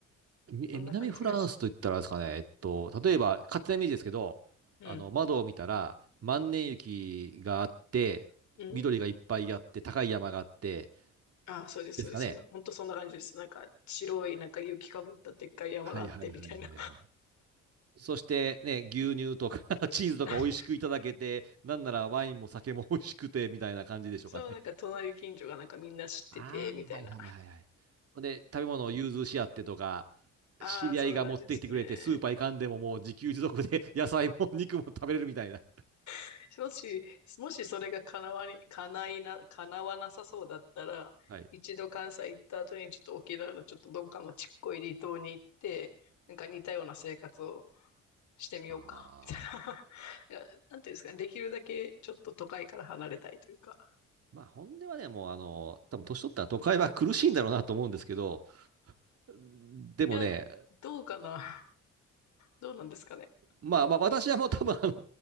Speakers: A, on the right; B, on the left.
A: みえ、
B: そんな感じがして。
A: 南フランスといったらあれですかね、えっと、例えば、勝手なイメージですけど、
B: うん。
A: あの、窓を見たら、万年雪があって、
B: うん。
A: 緑がいっぱいあって、高い山があって、
B: あ、そうです、
A: ですかね。
B: そうです。そんな、本当そんな感じです。なんか、白い、なんか雪かぶったでっかい山があって、
A: はいはいはいはいはい。
B: みたいな。
A: そしてね、牛乳とか <laughs> チーズとか美味しくいただけて、
B: <laughs>
A: なんならワインも酒も美味しくて、みたいな感じでしょうかね。
B: そう、なんか隣近所がなんかみんな知ってて、
A: ああ、
B: みたいな。
A: はいはいはいはい。ほんで、食べ物を融通し合ってとか、
B: ああ、
A: 知り合いが持ってきてくれて、
B: そんな感じですね。
A: スーパー行かんでももう自給自足で <laughs> 野菜も肉も食べれるみたいな。
B: <laughs> もし、もしそれが叶わに、叶いな、叶わなさそうだったら、
A: はい。
B: 一度関西行った後にちょっと沖縄のちょっとどっかのちっこい離島に行って、なんか似たような生活をしてみようか、
A: ああ。
B: <laughs> みたいな。<laughs> いや、なんていうんですかね、できるだけちょっと都会から離れたいというか。
A: まあ、本音はね、もう、あの、多分年取ったら都会は苦しいんだろうなと思うんですけど、でもね、
B: いや、どうかな。どうなんですかね。
A: まあまあ、私はもう多分、あの、大